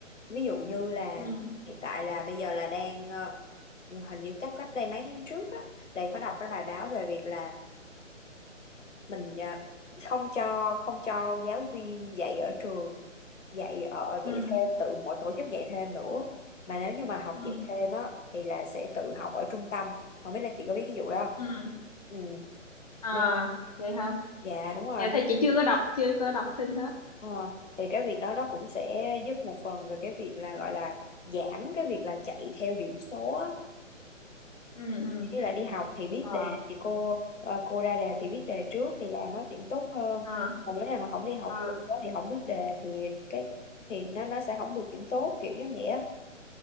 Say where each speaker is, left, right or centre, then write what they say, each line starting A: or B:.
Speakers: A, on the left; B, on the left.
A: ví dụ như là
B: ừ
A: hiện tại là bây giờ là đang ờ, hình như chắc cách đây mấy tháng trước á là em có đọc cái bài báo về việc là mình ờ, không cho không cho giáo viên dạy ở trường dạy ở
B: ừ
A: dạy thêm tự mỗi tổ chức dạy thêm nữa mà nếu như mà học
B: ừ
A: dạy thêm á thì là sẽ tự học ở trung tâm không biết là chị có biết cái vụ đó
B: ừ
A: không ừ
B: à
A: nên
B: vậy hả
A: dạ đúng rồi
B: dạ thì chị chưa có đọc chưa có đọc tin hết
A: ờ. thì cái việc đó nó cũng sẽ giúp một phần về cái việc là gọi là giảm cái việc là chạy theo điểm số á
B: ừ ừ
A: như là đi học thì biết
B: ờ
A: đề thì cô ờ, cô ra đề thì biết đề trước thì làm nó điểm tốt hơn
B: ờ
A: còn nếu nào mà không đi học
B: ờ
A: thì không biết đề thì cái thì nó nó sẽ không được điểm tốt kiểu giống vậy á